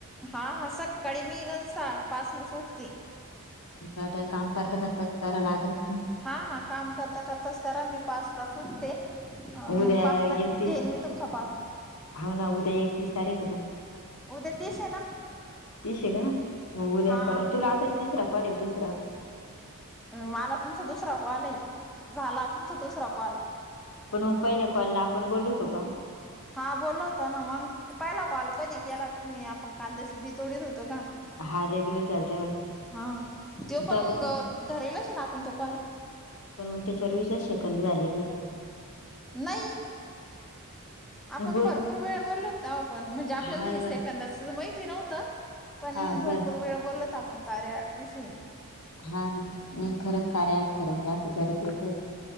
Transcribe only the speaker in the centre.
हां हां सकाळी मी गणसा पाचलाच उठते.
हां हां काम करता करताच करा मी पाचला च उठते. अ
पाचला
घेईन मी तुमचा कॉल.
उद्या तीस आहे ना?
हा
मला तुमचा दुसरा कॉल आहे, झाला तुमचा दुसरा कॉल.
हां बोलला होत ना मग! पहिला कॉल कधी केला तुम्ही आपण कांद्याच बी तोडीत होतो का?
हां त्यो
पण मग धरेलच आपण तो कॉल.
नाही! आपण
भरपूर वेळ बोललो होतो तेव्हा पण म्हणजे आपल्याला
सेकंदच महिती नव्हतं. पण
भरपूर
वेळ बोलो होतो आपण कार्य ऍप विषयी.